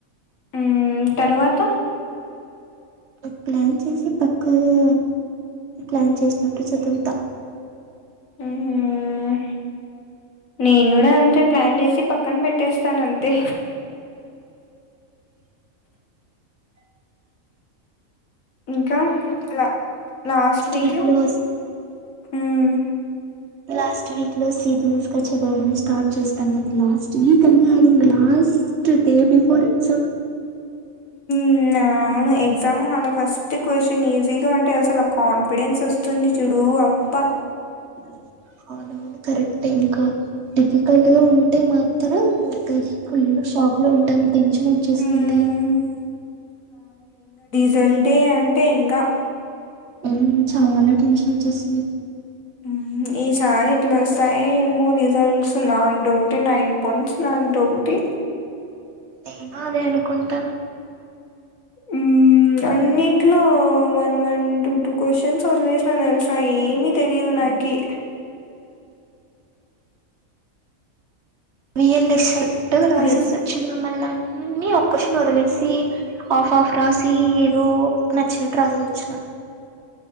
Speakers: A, on the left; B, on the right.
A: ఉమ్మ్ తర్వాత
B: ప్లన్ చేసి పక్కగా ప్లాన్ చేసినట్టు చదువుతా
A: హ్మ్. నేను కూడా అంతే ప్లాన్ చేసి పక్కన పెట్టేస్తాను అంతే
B: <inaudible>
A: ఇంకా ల లాస్ట్ వీక్లో
B: వీక్ లో
A: ఉమ్మ్
B: లాస్ట్ వీక్లో సిరియస్గా చదవడం స్టార్ట్ చేస్తాం కదా లాస్ట్ వీక్ అని కాదు ఇంగ last day before exam
A: ఉమ్మ్ నవును ఎగ్జామ్ హాల్లో ఫస్ట్ క్వశ్చన్ ఈజీగా ఉంటే అసలు ఆ కాన్ఫిడెన్స్ వస్తుంది చూ డు అబ్బా
B: అ అవునవును కరెక్ట్ ఇంకా డిఫికల్ట్‌గా ఉంటే మాత్రం ఇంక స్కులో షాక్‌లో ఉంటాం టెన్షన్ వచ్చేస్తుంది
A: హ్మ్. దండి అంటే ఇంకా
B: ఉమ్మ్ చాలా టెన్షన్ వచ్చేస్తుంది
A: హ్మ్. ఈసారి ఎట్లా వస్తాయో ఏమో రిజల్ట్స్ నాకు డౌటే నైన్ పాయింట్స్ నాకు డౌటే
B: నేను అదే అనుకుంటనా
A: ఉమ్మ్ అన్నిట్లో one one two two questions వదిలేసిన తెలుసా ఏమి తెలీదు నాకి
B: <inaudible> వియల్ఏ సేట్‌గా రాసేసి
A: రిజ్
B: వచ్చిన మళ్ళ అన్ని కోషన్ వదిలేసి ఆఫ్ ఆఫ్ రాసి
A: హ్మ్.
B: ఏదో నచ్చినట్టు రాసేసి వచ్చిన